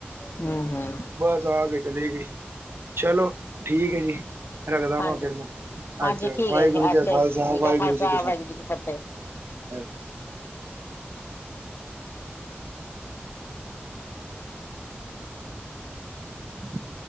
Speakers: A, on the left; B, on the right.
A: ਹੂੰ ਹੂੰ
B: ਬਸ ਆ ਕੇ ਚਲੀ ਗਈ ਚਲੋ ਠੀਕ ਐ ਜੀ, ਰਗਦਾ
A: ਹਾਂਜੀ
B: ਵਾ ਫਿਰ
A: ਹਾਂਜੀ
B: ਅੱਛਾ
A: ਠੀਕ
B: ਵਾਹਿਗੁਰੂ
A: ਹੈ
B: ਜੀ
A: ਅੱਛਾ
B: ਕਾ ਖਾਲਸਾ
A: ਸ੍ਰੀ ਅਕਾਲ
B: ਵਾਹਿਗੁਰੂ
A: ਖਾਲਸਾ
B: ਜੀ ਕੀ,
A: ਵਾਹਿਗੁਰੂ ਫਤਿਹ
B: ਹ ਕੋਈ ਅਵਾਜ਼ ਨਹੀਂ